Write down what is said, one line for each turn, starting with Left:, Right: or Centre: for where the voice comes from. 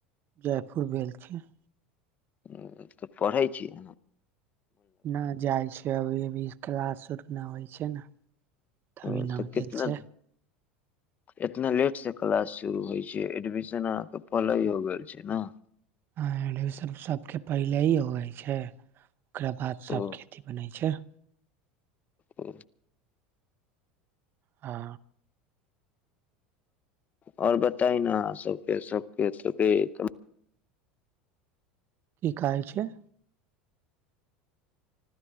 Right: जयपुर भेल छी।
Left: ओ त पढ़ै छियै
Right: नहि जाइ छ अभी अभी क्लास शुरू नहि होइ छै। तभी
Left: ओ
Right: नाम
Left: तऽ कितना
Right: खेल छै। <inaudible>
Left: इतना लेट से क्लास शुरू होइ छै एडमिशन अहाँके पहिले ही हो गेल छै न।
Right: ह एडमिशन सभके पहिले ही होइ छै। ओकरा बाद सभकेती
Left: ओ
Right: बनै छै।
Left: ओ।।
Right: हँ।
Left: और बताई न आहा सबके -सबके त
Right: की कहै छै।